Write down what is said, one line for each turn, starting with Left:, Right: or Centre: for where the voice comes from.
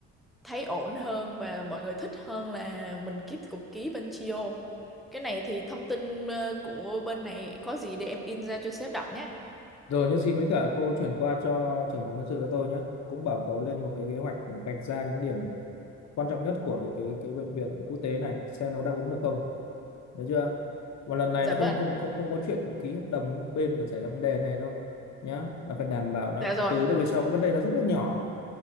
Centre: thấy ổn hơn và mọi người thích hơn là mình kiếp cục ký bên Chio. Cái này thì thông tin ờ, của bên này có gì để em in ra cho sếp đọc nhé.
Left: Rồi nhất xin mấy cả cô chuyển qua cho trưởng phòng nhân sự cho tôi nhé. Cũng bảo cậu lên một cái kế hoạch vạch ra những cái điểm quan trọng nhất của cái cái cái bệnh viện quốc tế này xem nó đáp ứng được không. Được chưa? Và lần này
Centre: Dạ
Left: là
Centre: vâng,
Left: không không không không có chuyện ký hợp đồng với một bên mà xảy ra vấn đề này đâu nhá. Là phải đảm bảo là
Centre: dạ rồi,
Left: từ đâu về sau cái vấn đề nó rất là nhỏ.